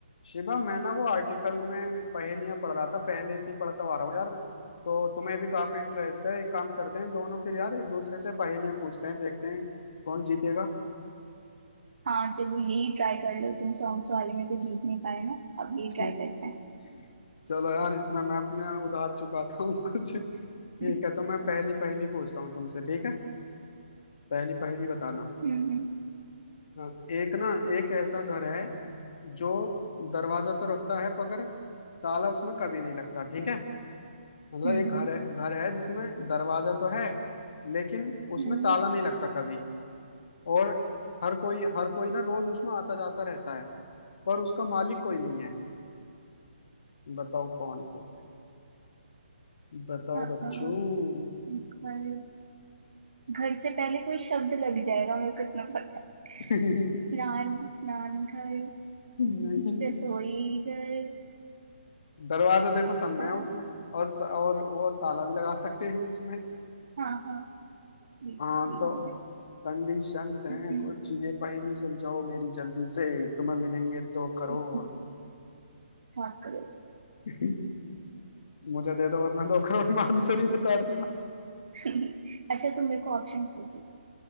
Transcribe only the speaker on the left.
शिवा मैं ना वो आर्टिकल में पहेलियां पढ़ रहा था पहले से ही पढ़ता आ रहा हूँ यार तो तुम्हें भी काफी इंटरेस्ट है एक काम करते हैं दोनों फिर यार एक दूसरे से पहेलियां पूछते हैं देखते हैं कौन जीतेगा
<laughs>
चलो यार इसमें मैं अपने उधार चुकाता हूँ कुछ ठीक
है तो मैं पहली पहेली पूछता हूँ तुमसे ठीक है पहली पहेली बताना
हाँ, एक ना एक ऐसा घर है जो दरवाजा तो रखता है मगर ताला उसमें कभी नहीं लगता ठीक है मतलब
एक घर है घर है जिसमें दरवाजा तो है लेकिन उसमें
ताला नहीं लगता कभी और हर कोई हर कोई ना रोज उसमें आता जाता रहता है पर उसका मालिक कोई नहीं है बताओ कौन है वो बताओ
बच्चों
<laughs>
नहीं
दरवाजा देखो सब में
है उसमें और और वो ताला भी लगा सकते हैं हम उसमें
हाँ
तो
कंडीशंस हैं
कुछ ये पहेली सुलझाओ मेरी जल्दी से तुम्हें मिलेंगे दो करोड़
<laughs> मुझे दे दो वरना दो करोड़ में आंसर ही बता दूंगा